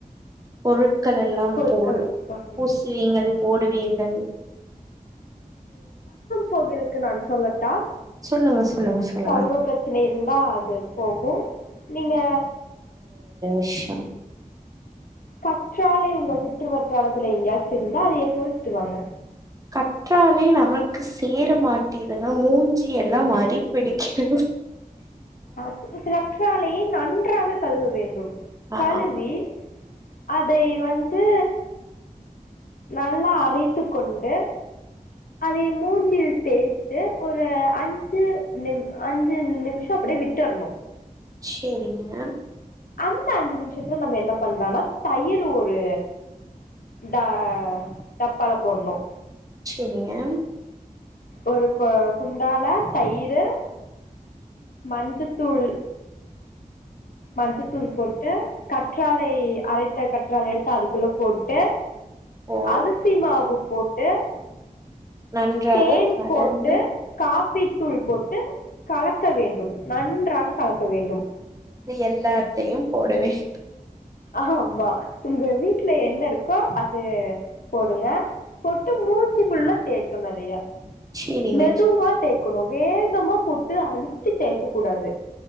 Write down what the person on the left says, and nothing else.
பொருட்கள்
வாங்க.
கோவிலுக்கு நான் செல்ல தா
பருவ பிரச்சனை இருந்தா அது போகும் நீங்க
கற்றாலை உங்க சுற்று வட்டாரத்துல எங்கயாச்சும் இருந்தா அத பரிச்சுட்டு வாங்க
அது கற்றாழையே நன்கு ன்றாக கழுவ வேண்டும்
கலுவி அதை வந்து நல்லா அரைத்து கொண்டு அதை மூஞ்சில் தேய்த்து ஒரு அஞ்சு நிமி அஞ்சு நிமிஷம் அப்படியே விட்டுரணும்
அந்த அஞ்சு நிமிஷத்துல நம்ம என்ன பண்ணலானா தயிர் ஒரு ட டப்பால போடணும்
ஒரு கொ குண்டால தயிறு மஞ்சத்தூள் மஞ்சத்தூள் போட்டு கற்றாலயை அரைத்து கற்றாழை எடுத்து அதுக்குள்ள போட்டு
அரிசி மாவு போட்டு
தேன்
போட்டு காப் டித்தூள் போட்டு கலக்க வேண்டும் நன்றாக கல வேண்டும்
ஆமா வீட்ல என்ன இருக்கோ அது போடுங்க பொட்டு மூஞ்சுக்குள்ள தேக்கு நெறைய
மெதுவா டெக் இவ்வளவு வேகமா போட்டு அழுத்தி தேக்க கூடாது